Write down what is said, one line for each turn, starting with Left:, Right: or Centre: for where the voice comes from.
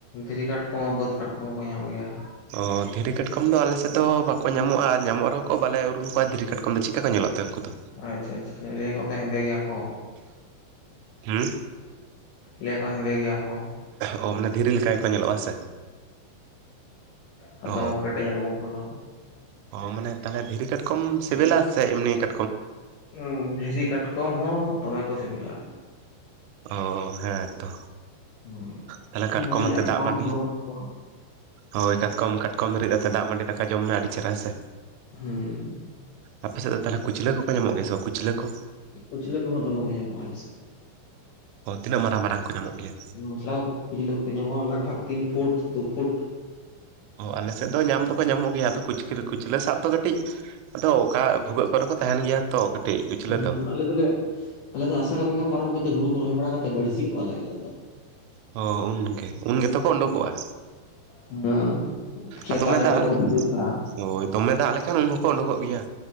Left: ᱫᱷᱤᱨᱤ ᱠᱟᱴᱠᱚᱢ ᱦᱚᱸ ᱵᱟᱹᱫᱽ ᱠᱟᱴᱠᱚᱢ ᱦᱚᱸ ᱠᱚ ᱧᱟᱢ ᱜᱮᱭᱟ᱾
Right: ᱚ ᱫᱷᱤᱨᱤ ᱠᱟᱴᱠᱚᱢ ᱫᱚ ᱟᱞᱮ ᱥᱮᱫ ᱫᱚ ᱵᱟᱠᱚ ᱧᱟᱢᱚᱜᱼᱟ ᱟᱨ ᱧᱟᱢᱚᱜ ᱨᱮᱦᱚᱸ ᱠᱚ ᱵᱟᱞᱮ ᱩᱨᱩᱢ ᱠᱚᱣᱟ ᱫᱷᱤᱨᱤ ᱠᱟᱴᱠᱚᱢ ᱫᱚ ᱪᱮᱠᱟ ᱠᱚ ᱧᱮᱞᱚᱜ ᱛᱮ ᱩᱱᱠᱩ ᱫᱚ,
Left: ᱟᱪᱪᱷᱟ ᱟᱪᱪᱷᱟ ᱟᱪᱪᱷᱟ ᱞᱟᱹᱭ ᱟᱠᱚ ᱛᱚ ᱦᱮᱸᱫᱮ ᱜᱮᱭᱟ ᱠᱚ᱾
Right: ᱦᱩᱸ,
Left: ᱞᱟᱹᱭ ᱟᱠᱚ ᱦᱮᱸᱫᱮ ᱜᱮᱭᱟ ᱠᱚ᱾
Right: ᱚ ᱢᱟᱱᱮ ᱫᱷᱤᱨᱤ ᱞᱮᱠᱟ ᱜᱮᱠᱚ ᱧᱮᱞᱚᱜᱼᱟ ᱥᱮ᱾
Left: ᱦᱩᱸ
Right: ᱚ
Left: ᱟᱫᱚ ᱠᱮᱴᱮᱡ ᱟᱠᱚ ᱩᱱᱠᱩ ᱫᱚ,
Right: ᱚ ᱢᱟᱱᱮ ᱛᱟᱦᱞᱮ ᱫᱷᱤᱨᱤ ᱠᱟᱴᱠᱚᱢ ᱥᱤᱵᱤᱞᱟ ᱥᱮ ᱮᱢᱱᱤ ᱠᱟ
Left: ᱩᱸ ᱫᱷᱤᱨᱤ ᱠᱟᱴᱠᱚᱢ ᱦᱚᱸ ᱫᱚᱢᱮ ᱠᱚ ᱥᱮᱹᱵᱤᱞᱟ ᱟᱨ,
Right: ᱚ ᱦᱮᱸᱛᱚ
Left: ᱦᱩᱸ
Right: ᱛᱟᱦᱞᱮ ᱠᱟᱴᱠᱚᱢ
Left: ᱢᱟᱨᱤᱪ
Right: ᱟᱛᱮ
Left: ᱟᱜ
Right: ᱫᱟᱜᱽ
Left: ᱠᱚᱣᱟᱢ
Right: ᱢᱟᱺᱰᱤ,
Left: ᱵᱩᱞᱩᱝ ᱟᱜ ᱠᱚᱣᱟ
Right: ᱦᱳᱭ ᱠᱟᱴᱠᱚᱢ ᱠᱟᱴᱠᱚᱢ ᱨᱤᱫ ᱟᱛᱮᱫ ᱫᱟᱜᱽ ᱢᱟᱺᱰᱤ ᱫᱟᱠᱟ ᱡᱚᱢ ᱢᱮ ᱟᱹᱰᱤ ᱪᱮᱨᱦᱟ ᱦᱮᱸ ᱥᱮ᱾
Left: ᱦᱩᱸ
Right: ᱟᱯᱮ ᱥᱮᱫ ᱫᱚ ᱛᱟᱦᱞᱮ ᱠᱩᱪᱞᱟᱹ ᱠᱚᱠᱚ ᱧᱟᱢᱚᱜ ᱜᱮᱭᱟ ᱥᱮ ᱵᱟᱝ ᱠᱩᱪᱞᱟᱹ ᱠᱚ?
Left: ᱠᱩᱪᱞᱟᱹ ᱠᱚᱦᱚᱸ ᱫᱚᱢᱮ ᱠᱚ ᱧᱟᱢᱚᱜᱼᱟ ᱟᱞᱮ ᱥᱮᱫ ᱫᱚ᱾
Right: ᱚ ᱛᱤᱱᱟᱹᱜ ᱢᱟᱨᱟᱝ ᱢᱟᱨᱟᱝ ᱠᱚ ᱧᱟᱢᱚᱜ ᱜᱮᱭᱟ᱾
Left: ᱢᱚᱥᱞᱟ ᱠᱚ ᱠᱩᱪᱞᱟᱹ ᱠᱚ ᱧᱟᱢᱚᱜᱼᱟ ᱞᱟᱜᱽ ᱵᱷᱟᱜ ᱛᱤᱱ ᱯᱷᱩᱴ ᱫᱩ ᱯᱷᱩᱴ᱾
Right: ᱚ ᱟᱞᱮ ᱥᱮᱫ ᱫᱚ ᱧᱟᱢ ᱫᱚᱠᱚ ᱧᱟᱢᱚᱜ ᱜᱮᱭᱟᱫᱚ ᱠᱩᱪ ᱠᱩᱪᱞᱟᱹ ᱥᱟᱵ ᱫᱚ ᱠᱟᱹᱴᱤᱜ, ᱟᱫᱚ ᱚᱠᱟ ᱵᱷᱩᱜᱟᱹᱜ ᱠᱚᱨᱮ ᱠᱚ ᱛᱟᱦᱮᱱ ᱜᱮᱭᱟ ᱛᱚ, ᱠᱟᱹᱴᱤᱡ ᱠᱩᱪᱞᱟᱹ
Left: ᱦᱩᱸ
Right: ᱫᱚ
Left: ᱟᱞᱮ ᱫᱚᱞᱮ, ᱟᱞᱮ ᱫᱚ ᱟᱥᱟᱲ ᱵᱚᱸᱜᱟ ᱯᱟᱨᱚᱢ ᱠᱟᱛᱮ ᱦᱩᱲᱩ ᱠᱚ ᱨᱚᱦᱚᱭ ᱵᱟᱲᱟ ᱠᱟᱛᱮᱫ ᱵᱟᱹᱲᱥᱤ ᱠᱚᱣᱟᱞᱮ ᱟᱞᱮ ᱫᱚ᱾
Right: ᱦᱚ ᱩᱱᱜᱮ ᱩᱱ ᱜᱮᱛᱚ ᱠᱚ ᱩᱰᱩᱠᱚᱜᱼᱟ᱾
Left: ᱦᱩᱸ ᱠᱷᱮᱛ
Right: ᱟᱫᱚᱢᱮ
Left: ᱟᱲᱮ
Right: ᱫᱟᱜᱽ
Left: ᱠᱚᱨᱮ
Right: ᱞᱮ
Left: ᱠᱚ ᱵᱷᱩᱜᱟᱹᱜ ᱠᱟᱜᱼᱟ
Right: ᱚ ᱫᱚᱢᱮ ᱫᱟᱜᱽ ᱞᱮᱠᱷᱟᱱ ᱩᱱ ᱦᱚᱸᱠᱚ ᱩᱰᱩᱠᱚᱜ ᱜᱮᱭᱟ᱾